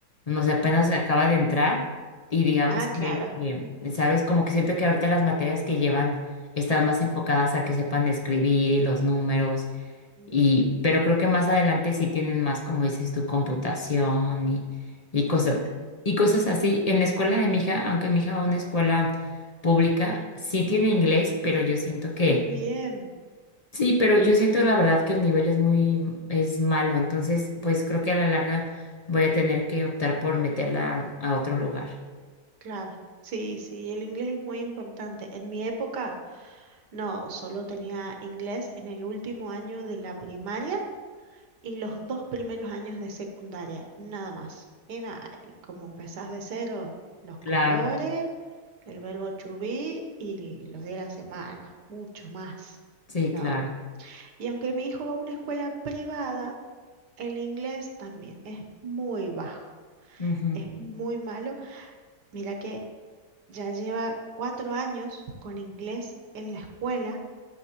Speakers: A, on the left; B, on the right.
A: no sé, apenas acaba de entrar y digamos
B: ah,
A: que,
B: claro.
A: que, ¿sabes? Como que siento que ahorita las materias que llevan están más enfocadas a que sepan escribir y los números
B: Mm,
A: y, pero creo que más adelante sí tienen más, como dices tu computación y, y cosas,
B: ujú.
A: y cosas así. En la escuela de mi hija, aunque mi hija va a una escuela pública, sí tiene inglés, pero yo siento que,
B: Qué bien.
A: sí, pero yo siento la verdad que el nivel es muy, es malo. Entonces, pues creo que a la larga voy a tener que optar por meterla a otro lugar.
B: Claro. Sí, sí, el inglés es muy importante. En mi época, no, solo tenía inglés en el último año de la primaria y los dos primeros años de secundaria, nada más. Y nada, y como empezás de cero, los
A: Claro,
B: colores, el verbo to be y los días de la semana, mucho más.
A: sí,
B: No.
A: claro.
B: Y aunque mi hijo va a una escuela privada, El inglés también es muy bajo,
A: Ujú,
B: es muy malo. Mira que ya lleva cuatro años con inglés en la escuela